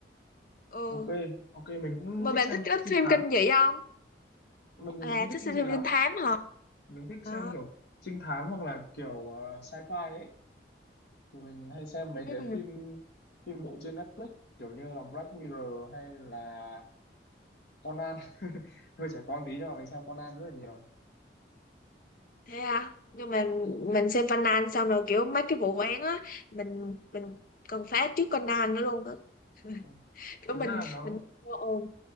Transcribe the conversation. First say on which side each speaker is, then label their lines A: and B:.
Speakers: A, on the left (about 50°); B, on the left (about 65°).
A: ừ
B: ok ok mình cũng
A: mà
B: thích
A: bạn
B: xem
A: thích cái
B: trinh
A: phim
B: thám
A: kinh dị không
B: mình thì
A: à
B: mình không thích
A: thích
B: kinh
A: xem
B: dị
A: phim
B: lắm
A: trinh thám hả
B: mình thích
A: à
B: xem kiểu trinh thám hoặc là kiểu ờ, sci-fi ấy thì mình hay xem mấy
A: ừ.
B: cái phim phim bộ trên Netflix kiểu như là Black Mirror hay là Conan <laughs> hơi trẻ con tí nhưng mà mình xem Conan rất là nhiều
A: thế à nhưng mà mình xem Conan xong rồi kiểu mấy cái vụ án á mình mình cần phá trước Conan nữa luôn á <laughs>
B: Ừ.
A: kiểu
B: thực
A: mình
B: ra là nó
A: mình ồ